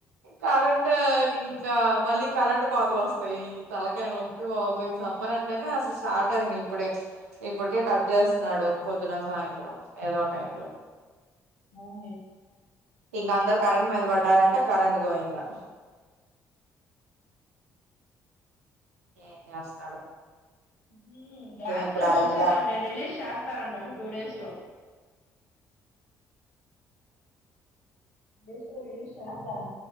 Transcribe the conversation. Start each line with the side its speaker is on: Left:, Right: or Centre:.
Right: కరెంట్ ఇంకా మళ్ళీ కరెంట్ కోతలు వస్తాయి తలకాయి నొప్పి బాబోయ్ సమ్మర్ అంటేనే అసలు స్టార్ట్ చెప్పారు ఇప్పుడే ఇప్పటికే కట్ చేస్తున్నాడు పొద్దున సాయంత్రం ఏదో టైమ్ లో
Left: అవును లే
Right: ఇంక అందరు కరెంట్ మీద పడ్డారంటే కరెంట్ గోవిందా ఏం చేస్తాం
Left: హుమ్ గ్యాస్
Right: ఎప్పుడు ఆగిద్దో
Left: వచ్చిద్దండి
Right: అర్థం
Left: రిలీజ్ చేస్త వస్తారంట ఒక టూ డేస్లో బెస్టే రిలీజ్ చేస్తారు